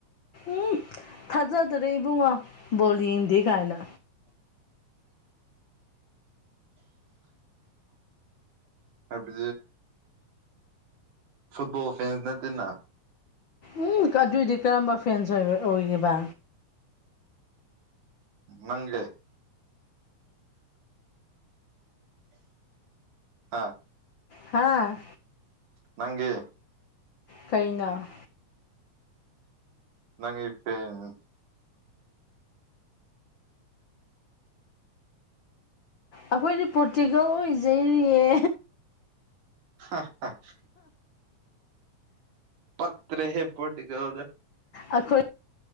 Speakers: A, on the left; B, on the right.
A: ꯎꯝ ꯊꯥꯖꯗꯔꯦ ꯏꯕꯨꯡꯉꯣ ꯕꯣꯂ ꯍꯟꯗꯤ ꯀꯥꯏꯅ
B: ꯑ ꯄꯦ ꯐꯨꯠꯕꯣꯜ ꯐꯦꯟꯁ ꯅꯅ
A: ꯎꯝ ꯑꯗꯨꯏꯗꯤ ꯀꯔꯝꯕ ꯐ꯭ꯔꯦꯟꯁꯕ ꯑꯣꯏꯈꯤꯕ
B: ꯅꯪꯒꯤ ꯍꯥꯥ
A: ꯍꯥꯥ
B: ꯅꯪꯒꯤ
A: ꯀꯩꯅꯣ
B: ꯅꯪꯒꯤ ꯐꯦꯟ
A: ꯑꯩꯈꯣꯏꯗꯤ ꯄꯣꯔꯇꯤꯀꯜ ꯑꯣꯏꯖꯩꯔꯤꯌꯦ
B: <unintelligible> ꯄꯛ ꯔꯦꯍꯦ ꯄꯇꯤ ꯀꯗ
A: ꯑꯩꯈꯣꯏ